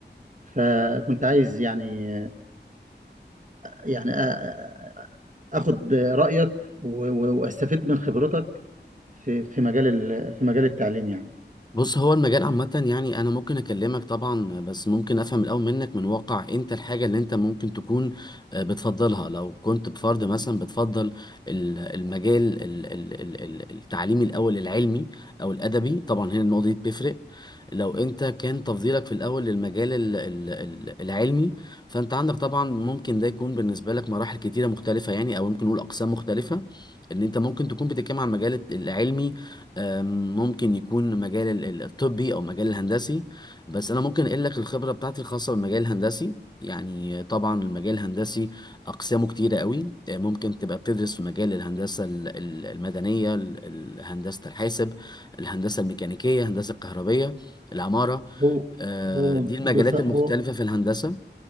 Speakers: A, on the right; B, on the left.
A: فكنت عايز يعني يعني أ- أخد رأيك و- و- وأستفيد من خبرتك في في مجال ال- في مجال التعليم يعني
B: بص هو المجال عامة يعني أنا ممكن أكلمك طبعا بس ممكن أفهم الأول منك من واقع أنت الحاجة اللي أنت ممكن تكون آه، بتفضلها لو كنت بفرد مثلا بتفضل ال- المجال ال- ال- ال- ال- التعليمي الأول العلمي أو الأدبي طبعا هنا النقطة دي بتفرق لو أنت كان تفضيلك في الأول للمجال ال- ال- ال- العلمي فأنت عندك طبعا ممكن ده يكون بالنسبة لك مراحل كتيرة مختلفة يعني أو ممكن نقول أقسام مختلفة ان انت ممكن تكون بتتكلم عن المجال العلمي أم، ممكن يكون مجال ال- ال- الطبي او مجال الهندسي بس انا ممكن اقول لك الخبره بتاعتي الخاصه بالمجال الهندسي يعني طبعا المجال الهندسي اقسامه كتيره قوي أه، ممكن تبقى بتدرس في مجال الهندسه ال- ال- المدنيه ال- ال- هندسه الحاسب الهندسه الميكانيكيه الهندسه الكهربيه العماره
A: هو
B: أه،
A: هو
B: دي المجالات
A: بص هو
B: المختلفه في الهندسه